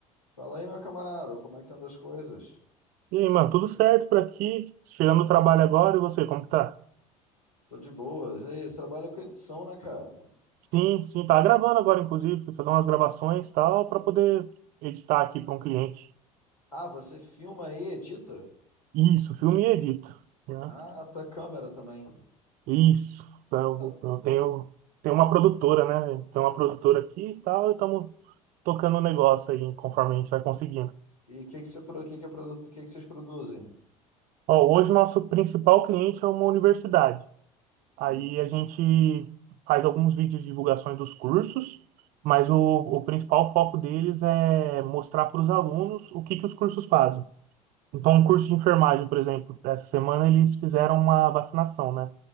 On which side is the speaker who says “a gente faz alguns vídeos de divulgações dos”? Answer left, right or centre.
Right